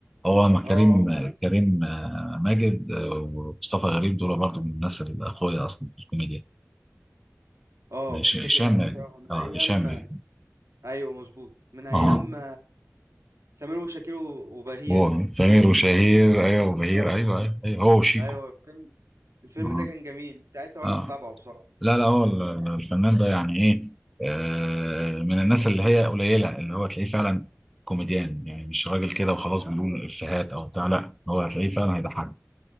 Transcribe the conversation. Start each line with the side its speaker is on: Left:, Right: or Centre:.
Centre: هو مع
Right: اه
Centre: كريم
Right: هم
Centre: كريم آه، ماجد آه، ومصطفى غريب دول برضو من الناس اللي أخويا أصلا في الكوميديا
Right: اه
Centre: ماشي
Right: اتفق
Centre: هشام
Right: معاك
Centre: ماجد
Right: بصراحه من
Centre: اه
Right: ايام
Centre: هشام ماجد
Right: ايوه مظبوط من ايام
Centre: اه
Right: سمير وشاكير وبهير
Centre: هو
Right: ده
Centre: سمير
Right: سمير
Centre: وشهير
Right: وشاكير
Centre: ايوه وبهير
Right: اه
Centre: ايوه ايوه, أيوة. هو وشيكو
Right: ايوه الفيلم الفيلم
Centre: اه
Right: ده كان جميل من ساعتها وانا
Centre: اه
Right: متابعه بصراحه
Centre: لا لا هو ال- الفنان ده يعني ايه آه من الناس اللي هي قليله اللي هو تلاقيه فعلا كوميديان يعني مش راجل كده وخلاص بيقول افيهات او بتاع لا هو هتلاقيه فعلا هيضحك